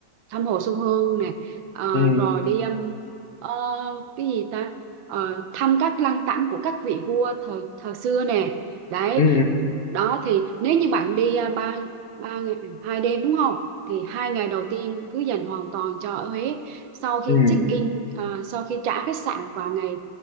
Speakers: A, on the right (about 85°); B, on the left (about 35°).
A: thăm hồ Xuân Hương nè Ờ,
B: ừ
A: rồi đi um, ờ, cái gì ta ờ, thăm các lăng tẩm của các vị vua thời thời xưa nè đấy
B: ừ
A: đó thì nếu như bạn đi à, ba ba ngày hai đêm đúng không thì hai ngày đầu tiên cứ dành hoàn toàn cho ở Huế sau khi
B: ừ
A: check in à, sau khi trả khách sạn vào ngày